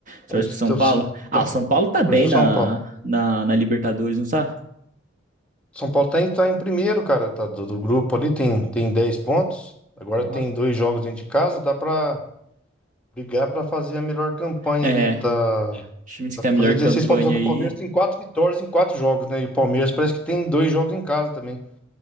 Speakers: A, on the right; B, in the centre.
A: Sorte
B: A gente-
A: pro São
B: Então,
A: Paulo.
B: se- então,
A: Ah, o São Paulo tá bem
B: Torço pro
A: na,
B: São Paulo.
A: na, na Libertadores, não tá?
B: São Paulo tá em, tá em primeiro, cara, tá, do, do grupo ali, tem, tem 10 pontos. Agora
A: Olha
B: tem
A: lá.
B: dois jogos dentro de casa, dá pra brigar pra fazer a melhor campanha
A: É,
B: ali. Tá,
A: os times que
B: dá
A: tem
B: pra
A: a melhor
B: fazer 16
A: campanha
B: pontos, só que
A: aí
B: o Palmeiras tem quatro vitórias em quatro jogos, né? E o Palmeiras parece que tem dois jogos em casa também.